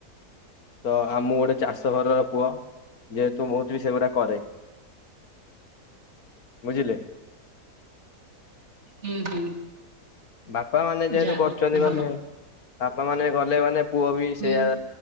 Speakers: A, on the left; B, on the right.
A: ତ ମୁଁ ଗୋଟେ ଚାଷ ଘରର ପୁଅ। ଯେହେତୁ ମୁଁ ବି ସେଗୁଡା କରେ ବୁଝିଲେ?
B: ହୁଁ ହୁଁ।
A: ବାପା ମାନେ ଯେହେତୁ
B: ଯାହା
A: କରୁଛନ୍ତି
B: ହଉ ଭଲ।
A: ମାନେ ବାପା ମାନେ ଗଲେ ମାନେ ପୁଅ ବି
B: ହୁଁ
A: ସେଇଆ